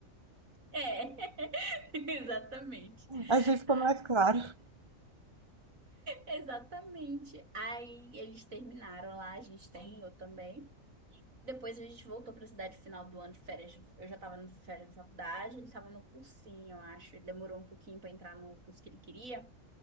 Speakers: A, on the right (about 80°); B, on the right (about 20°).
A: É, <laughs> exatamente.
B: Assim ficou
A: Ah,
B: mais claro.
A: Exatamente. Aí eles terminaram lá, a gente terminou também. Depois a gente voltou pra cidade final do ano de férias. Eu já tava no férias de faculdade, ele tava no cursinho, eu acho. Ele demorou um pouquinho pra entrar no curso que ele queria.